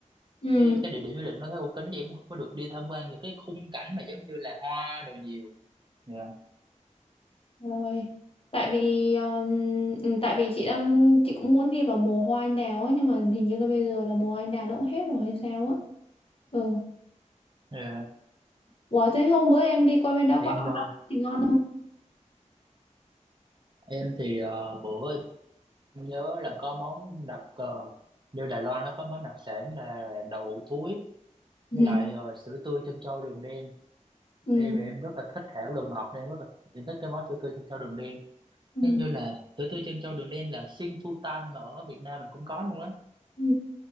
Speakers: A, on the left; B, on the right.
A: Ừ,
B: cái cái địa điểm du lịch nó khá cổ kính thì em cũng không có được đi tham quan vào cái khung cảnh mà giống như là hoa đồ nhiều Dạ.
A: rồi. Tại vì ờ, ừ, tại vì chị đang chị cũng muốn đi vào mùa hoa anh đào ấy nhưng mà hình như là bây giờ là mùa hoa anh đào nó cũng hết rồi hay sao á. ừ
B: Dạ.
A: Ủa thế hôm bữa em đi qua bên đó
B: em
A: có ăn
B: ờ,
A: thì ngon không?
B: em thì ờ, bữa Em nhớ là có món đặc ờ, như Đài Loan nó có món đặc sản là đậu hũ thúi
A: Ừ.
B: với lại ờ, sữa tươi trân châu đường đen
A: Ừ.
B: em thì em rất là thích hảo đồ ngọt nên em rất là em thích cái món sữa tươi trân châu đường đen
A: Ừ.
B: thế như là sữa tươi trân châu đường đen là sinh phu tan mà ở Việt Nam mình cũng có luôn á
A: Ừ.